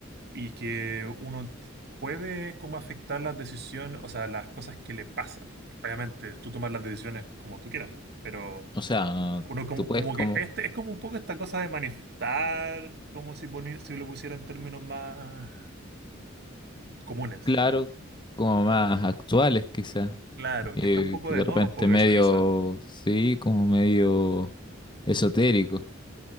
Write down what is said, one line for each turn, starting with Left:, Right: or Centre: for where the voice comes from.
Right: y que uno t- puede como afectar las decisiones, o sea, las cosas que le pasan. Obviamente, tú tomas las decisiones como tú quieras, pero
Left: O sea,
Right: uno como,
Left: tú puedes
Right: como
Left: como,
Right: que este es como un poco esta cosa de manifestar, como si, poni- si lo pusiera en términos más comunes.
Left: claro, como más actuales quizás,
Right: Claro,
Left: eh,
Right: que está un poco
Left: que
Right: de
Left: de
Right: moda
Left: repente
Right: un poco
Left: medio,
Right: eso quizás.
Left: sí, como medio esotérico,